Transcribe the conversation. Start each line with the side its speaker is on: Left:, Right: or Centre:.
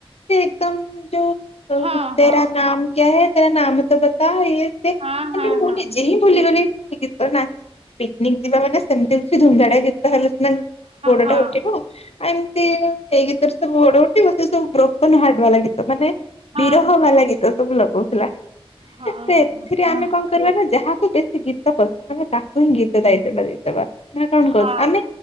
Left: ସେ ଏକଦମ ଯୋଉ। ଓ
Right: ହଁ
Left: ତେରା
Right: ହଁ
Left: ନାମ କ୍ୟା ହେ। ତେରା ନାମ ତୋ ବତା ୟେ। ସିଏ
Right: ହଁ
Left: ମାନେ ମୁଁ
Right: ହଁ
Left: ନିଜେ ହିଁ ଭୁଲିଗଲି। ଗୀତ ନାଚ ପିକନିକ ଯିବା ମାନେ ସେମିତି କିଛି ଧୁମ ଧାମ୍ ଗୀତ ହେଲେ ଗୋଡଟା
Right: ହଁ ହଁ
Left: ଉଠିବ ଆଉ। ଏମିତି ଏଇ ଗୀତରେ ସବୁ ଗୋଡ ଉଠିବ ସେ ସବୁ ବ୍ରୋକନ ହାର୍ଟ ବାଲା ଗୀତ ମାନେ
Right: ହଁ
Left: ବିରହ ବାଲା ଗୀତ। ସବୁ ଲଗଉ। ହେଲା
Right: ହଁ ହଁ
Left: ତ ଏଥିରେ
Right: ହଁ
Left: ଆମେ କଣ କରିବା ନା ଯାହା ବେଶୀ ଗୀତ ପସନ୍ଦ ଆମେ ତାକୁ ହିଁ ଗୀତ ଦାୟିତ୍ୱ ଟା ଦେଇଦବା। ନା କଣ
Right: ହଁ
Left: କହୁଛୁ ଆମେ